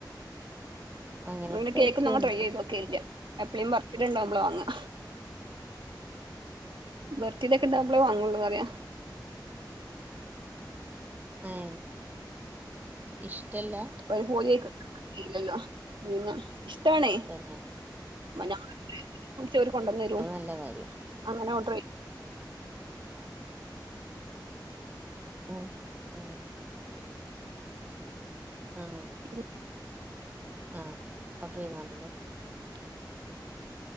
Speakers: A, on the right; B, on the right.
A: അങ്ങനെയൊക്കെ
B: അങ്ങനെ
A: കഴിച്ചു
B: കേക്ക് ഞാൻ
A: വന്നു
B: ട്രൈ ചെയ്ത് നോക്കെല്ല എപ്പോഴുങ്കിലും ബർത്ത്ഡേയ്ണ്ടാവുമ്മള് വാങ്ങുക ബർത്ത്ഡേ ഒക്കെണ്ടാവുമ്പളെ വാങ്ങുള്ളറിയാ
A: ഏഹ് ഇഷ്ടല്ല
B: അവർ പോയ്ക്കില്ലല്ലോ പിന്നെ ഇഷ്ടാണ്
A: തന്നെ
B: വിളിച്ചവര് കൊണ്ടുന്ന് തരും
A: അത് നല്ല കാര്യം
B: അങ്ങനെ ഓർഡർ ചെയ്യും
A: ഓഹ് ആഹ് ആഹ് ആ
B: ചെയ്യും
A: ആഹ ഓഡർ ചെയ്യതണ്ടല്ലേ
B: <unintelligible>